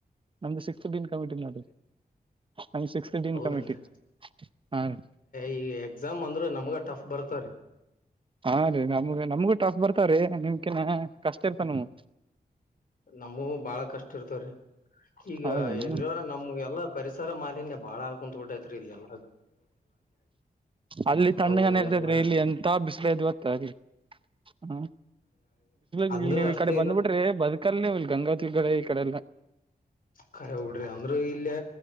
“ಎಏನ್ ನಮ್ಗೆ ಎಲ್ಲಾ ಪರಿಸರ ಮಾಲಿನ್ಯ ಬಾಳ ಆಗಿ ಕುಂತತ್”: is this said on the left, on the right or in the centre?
Left